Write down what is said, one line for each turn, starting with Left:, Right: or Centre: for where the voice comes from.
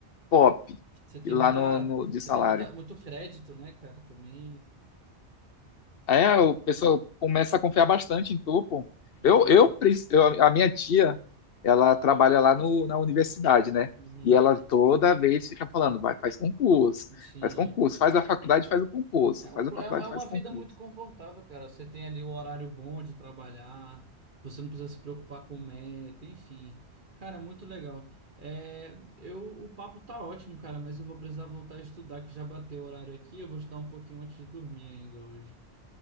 Left: top
Right: Você tem
Left: lá
Right: muita,
Left: no, no- de
Right: você
Left: salário.
Right: tem muita, muito crédito, né, cara? Também,
Left: É, o pessoal começa a confiar bastante em tu, pô.
Right: né?
Left: Eu, eu, pres- eu- a minha tia, ela trabalha lá no, na universidade, né?
Right: Uhum.
Left: E ela toda vez fica falando, vai, faz concurso,
Right: Sim.
Left: faz concurso, faz a faculdade, faz o concurso,
Right: É,
Left: faz
Right: um, pl-
Left: a faculdade,
Right: é é uma
Left: faz
Right: vida
Left: o concurso.
Right: muito confortável, cara. Você tem ali o horário bom de trabalhar, você não precisa se preocupar com meta, enfim. Cara, é muito legal. É, eu, o papo tá ótimo, cara, mas eu vou precisar voltar a estudar, que já bateu o horário aqui. Eu vou estudar um pouquinho antes de dormir ainda hoje.